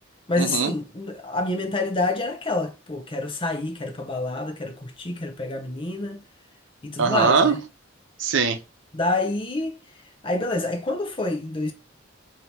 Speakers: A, on the left; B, on the right.
A: Mas
B: Uhum.
A: assim, a minha mentalidade era aquela, pô, quero sair, quero ir pra balada, quero curtir, quero pegar a menina e tudo
B: Aham.
A: mais, né?
B: Sim.
A: Daí, aí beleza. Aí quando foi em